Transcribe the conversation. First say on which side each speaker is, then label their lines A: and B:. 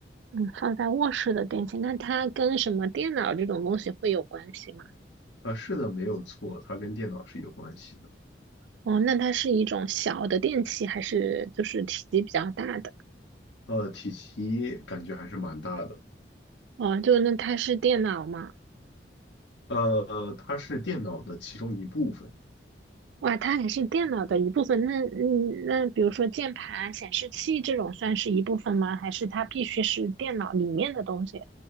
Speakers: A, on the right (about 80°); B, on the left (about 80°).
A: 嗯，放在卧室的电器，那它跟什么电脑这种东西会有关系吗？
B: 啊，是的，没有错，它跟电脑是有关系的。
A: 哦，那它是一种小的电器，还是就是体积比较大的？
B: 呃，体积感觉还是蛮大的。
A: 哦，就那它是电脑吗？
B: 呃，它是电脑的其中一部分。
A: 哇，它还是电脑的一部分。那嗯，那比如说键盘、显示器这种算是一部分吗？还是它必须是电脑里面的东西？